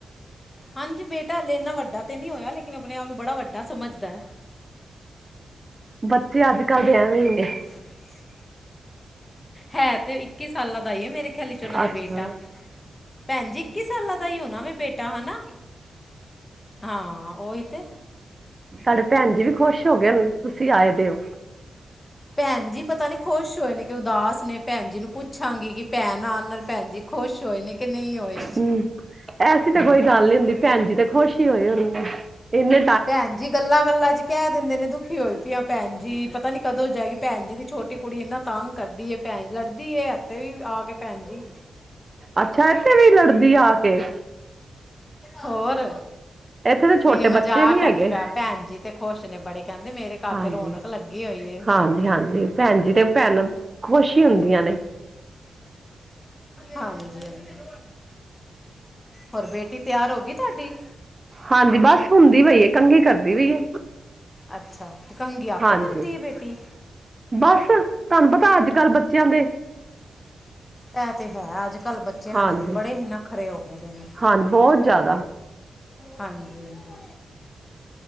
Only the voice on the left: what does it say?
ਹਾਂਜੀ ਬੇਟਾ ਹਾਲੇ ਏਨਾ ਵੱਡਾ ਤੇ ਨਈ ਹੋਏਆ ਲੇਕਿਨ ਅਪਨੇ ਆਪ ਨੂੰ ਬੜਾ ਵੱਡਾ ਸਮਝਦਾ ਐ।
<inaudible> ਹੈ ਤੇ ਇੱਕੀ ਸਾਲਾਂ ਦਾ ਈ ਏ ਮੇਰੇ ਖਿਆਲ ਚ ੳਨਾਂ ਦਾ
ਬੇਟਾ। ਭੈਣਜੀ ਇੱਕੀ ਸਾਲਾਂ ਦਾ ਈ ਹੋਨਾ ਵੇ ਬੇਟ ਟਾ ਹੈਨਾ, ਹਾਂ ਓਹੀ ਤੇ।
ਭੈਣ ਜੀ ਪਤਾ ਨੀ ਖੁਸ਼ ਹੋਏ ਨੇ ਕੇ ਉਦਾਸ ਨੇ ਭੈਣ ਜੀ ਨੂੰ ਪੁੱਛਾਂਗੀ ਕਿ ਭੈਣ ਆਣ ਨਾਲ ਭੈਣ ਜੀ ਖੁਸ਼ ਹੋਏ ਨੇ ਕਿ ਨਈ ਹੋਏ।
ਭੈਣਜੀ ਗੱਲਾਂ-ਗੱਲਾਂ ਚ ਕੈ ਦੇਂਦੇ ਨੇ ਦੁਖੀ ਹੋਈ ਪੀ ਆ ਭੈਨ ਜੀ ਪਤਾ ਨੀ ਕਦੋਂ ਜਾਏਗੀ। ਭੈਨਜੀ ਦੀ ਛੋਟੀ ਕੁੜੀ ਏਨਾ ਤੰਗ ਕਰਦੀ ਏ ਭੈਨ ਲੜਦੀ ਏ ਫੇਰ ਵੀ ਆ ਕੇ ਭੈਨਜੀ
ਹੋਰ
ਮੇਰੀ ਮਜਾਕ
ਭੈਣਜੀ ਤੇ ਖੁਸ਼ ਨੇ ਬੜੇ, ਕੈਂਦੇ ਮੇਰੇ ਘਰ
ਤੇ ਰੌਣਕ ਲੱਗੀ ਹੋਈ ਏ
ਹਾਂਜੀ ਹਾਂਜੀ। ਹੋਰ ਬੇਟੀ ਤੇਆਰ ਹੋ ਗੀ ਤੁਆਡੀ।
ਅੱਛਾ, ਤੇ ਕੰੰਘੀ ਆਪੇ
ਕਰਦੀ ਏ ਬੇਟੀ?
ਐ ਤੇ ਹੈ, ਅੱਜ ਕਲ ਬੱਚੇਆਂ
ਦੇ ਬੜੇ ਈ ਨਖਰੇ ਹੋ ਗਏ ਦੇ ਨੇ।
ਹਾਂਜੀ ਹਾਂਜੀ।